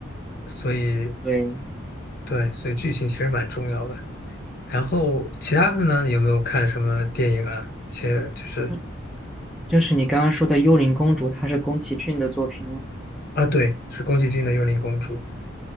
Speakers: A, on the left; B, in the centre.
A: 所以。
B: 对，
A: 对，所以剧情其实蛮重要的。然后其他的呢，有没有看什么电影啊？其实就是
B: 嗯就是你刚刚说的《幽灵公主》，它是宫崎骏的作品吗？
A: 啊，对，是宫崎骏的《幽灵公主》，